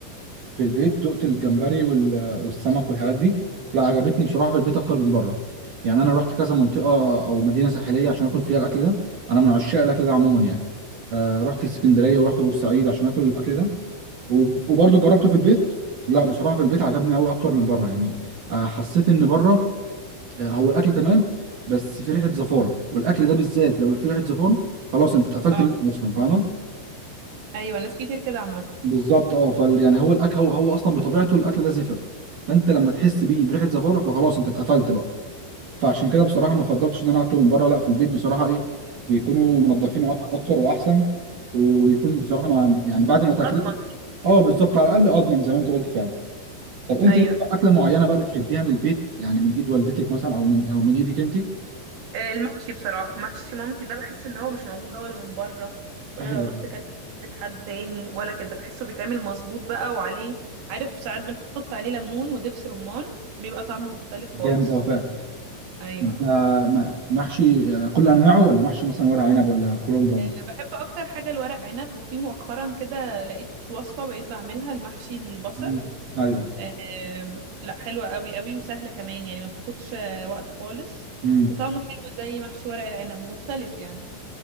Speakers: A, on the right; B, on the right.
A: في البيت دقت الجمبري وال- والسمك والحاجات دي لا عجبتني بصراحه في البيت اكتر من بره يعني انا رحت كذا منطقه او مدينه ساحليه عشان اكل فيها الاكل ده انا من عشاق الاكل ده عموما يعني آه رحت اسكندريه ورحت بورسعيد عشان اكل الاكل ده وب- وبرضه جربته في البيت لا بصراحه في البيت عجبني قوي اكتر من بره يعني آه حسيت ان بره آه، هو الاكل تمام بس في ريحه زفاره والاكل ده بالذات لو في ريحه زفاره خلاص انت اتقفلت
B: اه
A: منه اصلا فاهمه
B: ايوه ناس كتير كده عامه
A: بالظبط اه فال يعني هو الاكل هو هو اصلا بطبيعته الاكل ده زفر فانت لما تحس بيه بريحه زفاره فخلاص انت اتقفلت بقى فعشان كده بصراحه ما فضلتش ان انا اكله من بره لا في البيت بصراحه ايه بيكونوا منضفينه أك- اكتر واحسن وبيكون بصراحه ما يعني بعد ما تاكليه
B: اضمن
A: اه بالظبط على الاقل اضمن زي ما انت قلت فعلا طب انت
B: ايوه
A: ليك بقى اكله معينه بقى بتحبيها من البيت يعني من ايد والدتك مثلا او من او من ايدك انت
B: آه، المحشي بصراحه محشي مامتي ده بحس ان هو مش موجود بقى، ولا من بره ولا
A: أيوة،
B: لو رحت كلت في بيت حد تاني ولا كده بحسه بيتعمل مظبوط بقى وعليه عارف ساعات بنحط عليه ليمون ودبس رمان بيبقى طعمه مختلف خالص
A: جامد أوي فعلا
B: ايوه
A: انت م- محشي آه، كل انواعه ولا محشي مثلا ورق عنب ولا كرنب ولا
B: أه بحب اكتر حاجه الورق عنب وفي مؤخرا كده لقيت وصفه بقيت بعملها المحشي البصل
A: مم. ايوه
B: آم، لا حلوة قوي قوي وسهلة كمان يعني ما بتاخدش آه، وقت خالص
A: امم
B: وطعمه حلو زي محشي ورق العنب ومختلف يعني